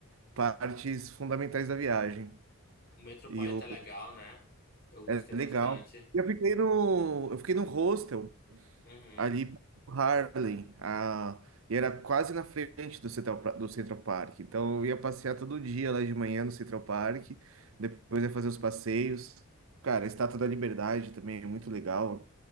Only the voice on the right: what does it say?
partes fundamentais da viagem.
E o,
é
legal. Eu fiquei no, eu fiquei no hostel.
ali pro Harlem, a- e era quase na frente do Central, Pa- do Central Park. Então eu ia passear todo dia lá de manhã no Central Park, depois ia fazer os passeios. Cara, a Estátua da Liberdade também é muito legal.